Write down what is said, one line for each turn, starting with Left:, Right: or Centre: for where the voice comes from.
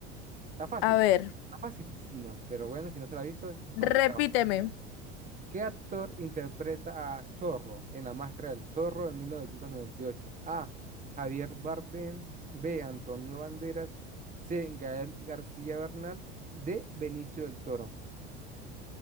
Right: Está fácil,
Left: A ver,
Right: está facilísima, pero bueno, si no se la ha visto, es complicado.
Left: repíteme.
Right: ¿Qué actor interpreta a Zorro en La Máscara del Zorro en 1998? A. Javier Bardem. B. Antonio Banderas. C. Gael García Bernal. D. Benicio del Toro.